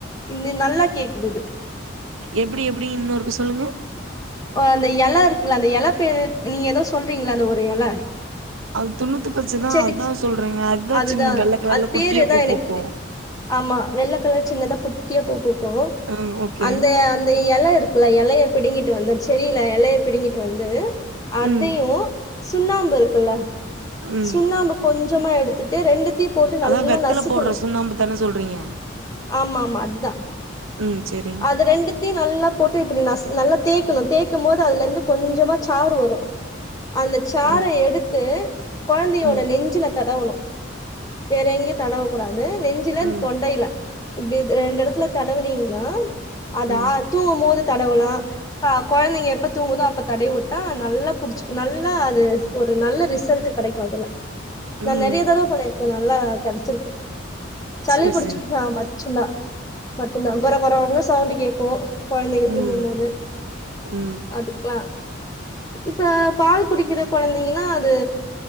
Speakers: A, on the left; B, on the right.
A: இந்து நல்லா கேக்குது இது
B: எப்டி எப்டி இன்னொருக்க சொல்லுங்க
A: ஓ அந்த எல இருக்குல்ல அந்த எல பேரு நீங்க ஏதோ சொல்றீங்கள்ள அந்த ஒரு எல
B: அது துண்ணூத்து பச்சதா
A: செடி
B: அதா சொல்றேங்க அதா
A: அதுதா
B: சின்ன வெள்ள கலர்ல
A: அது பேரு
B: குட்டியா
A: ஏதா
B: பூ
A: எனக்கு
B: பூக்கு
A: தெ ஆமா வெள்ள கலர் சின்னதா குட்டியா பூ பூக்கு
B: ஆ ஓகே
A: அந்த அந்த எலருக் குள்ள எலைய பிடுங்கிட்டு வந்து செடியில எலைய பிடுங்கிட்டு வந்து அதையு
B: ம்
A: சுண்ணாம்பு இருக்குல்ல
B: ம்
A: சுண்ணாம்பு கொஞ்சமா எடுத்துட்டு ரெண்டுத்தியு போட்டு நல்லா
B: அதா வெத்தல
A: நசுக்கணு
B: போடுற சுண்ணாம்பு தான சொல்றீங்க
A: ஆமா ஆமா அத்தா
B: ம் சேரிங்
A: அது ரெண்டுத் தி நல்லா போட்டு இப்டி நசு நல்லா தேய்கணு தேய்கும் போது அதுலருந்து கொஞ்சமா சாறு வரு அந்த சார
B: ம்
A: எடுத்து கொழந்தையோட
B: ம்
A: நெஞ்சில தடவணு வேற எங்கயு தடவ கூடாது நெஞ்சுல
B: ம்
A: இந்தொண்டையில இப்டி ரெண்டு எடத்துல தடவுனீங்கனா அதா
B: ம்
A: ஆ தூங்கும் போது தடவலா ஆஹ் கொழந்தைங்க எப்ப தூங்குதோ அப்ப தடவிட்டா நல்லா புடிச்சி நல்லா அது ஒரு நல்ல ரிசல்ட்டு் கெடைக்கு அதுல நா
B: ம்
A: நெறைய தடவ பண்ணிருக்கே நல்லா கெடச்சிருக்கு சலி
B: சேரி
A: பிடிச்சுக்குனா
B: சேரிங்
A: மச்சுந்தா மட்டுந்தா கோரகோரவுனா சவுண்டு கேட்கும் கொழந்தைங்க
B: ம்
A: தூங்கும் போது
B: ம்
A: அதுக்லா இப்ப பால் குடிக்கிற கொழந்திங்கன்னா அது